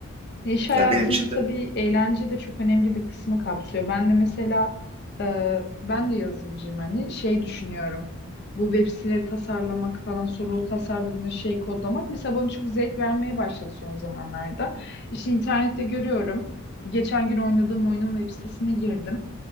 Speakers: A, on the left; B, on the right.
A: İş hayatında
B: Yani benim için
A: tabii
B: de
A: eğlence de çok önemli bir kısmı kapsıyor. Ben de mesela e, ben de yazılımcıyım hani şey düşünüyorum. Bu web siteleri tasarlamak falan sonra o tasarladığın şeyi kodlamak mesela bana çok zevk vermeye başladı son zamanlarda. İşte internette görüyorum. Geçen gün oynadığım oyunun web sitesine girdim.